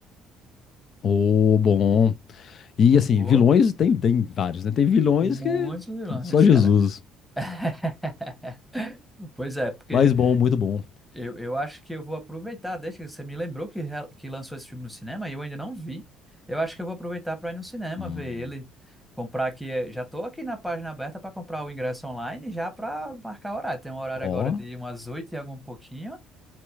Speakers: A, on the left; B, in the centre.
A: Ô, bom. E
B: Boa,
A: assim,
B: boa.
A: vilões tem, tem vários, né? Tem vilões
B: Muitos
A: que.
B: vilões,
A: Só Jesus.
B: cara. <laughs> Pois é, porque
A: Mas bom, muito bom.
B: eu, eu acho que eu vou aproveitar, desde que você me lembrou que, rea- que lançou esse filme no cinema e eu ainda não vi. Eu acho que eu vou aproveitar para ir no cinema
A: Hum,
B: ver ele, comprar aqui. eh, Já tô aqui na página aberta para comprar o ingresso online já para marcar o horário. Tem um horário
A: Ó,
B: agora de umas oito e algum pouquinho.